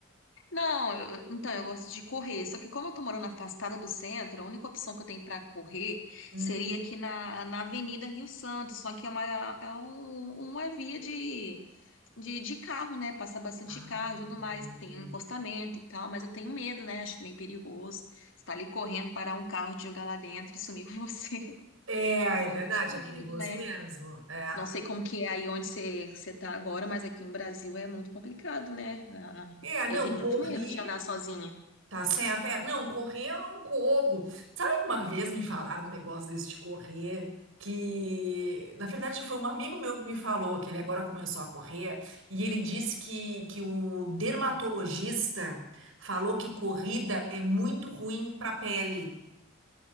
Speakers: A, on the left; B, on the right.
A: Não, eu- então eu gosto de correr. Só que como eu tô morando afastada do centro, a única opção que eu tenho pra correr
B: Hum.
A: seria aqui na, na Avenida Rio Santos. Só que é uma, é um- uma via de, de, de carro, né? Passa bastante
B: Ah,
A: carro e tudo
B: entendi.
A: mais. Tem um encostamento e tal, mas eu tenho medo, né? Acho meio perigoso. Você tá ali correndo, parar um carro, te jogar lá dentro e sumir com você.
B: É,
A: <laughs> Morro
B: é verdade,
A: de medo,
B: é perigoso
A: né?
B: mesmo. É,
A: Não sei como que é aí onde você, você tá agora, mas aqui no Brasil é muito complicado, né? Ah,
B: é, não,
A: Eu tenho
B: correr,
A: muito medo de andar sozinha.
B: tá certo. É, não, correr eu não corro. Sabe que uma vez me falaram um negócio desse de correr, que na verdade foi um amigo meu que me falou que ele agora começou a correr, e ele disse que, que o dermatologista falou que corrida é muito ruim para a pele.